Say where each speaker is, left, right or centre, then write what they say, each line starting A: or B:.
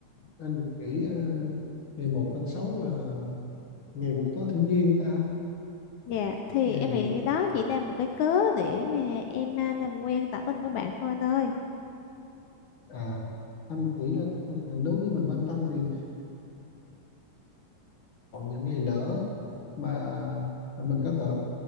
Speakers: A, on the left; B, on the left.
A: anh nghĩ ờ, ngày một tháng 6 là ngày quốc tế thiếu nhi của ta
B: Dạ, thì
A: ngày
B: em nghĩ đó chỉ là một cái cớ để mà em à, làm quen tỏ tình với bạn thôi anh ơi.
A: à anh nghĩ là ờ, nếu như mình quan tâm thì còn những ngày lỡ mà mình có thể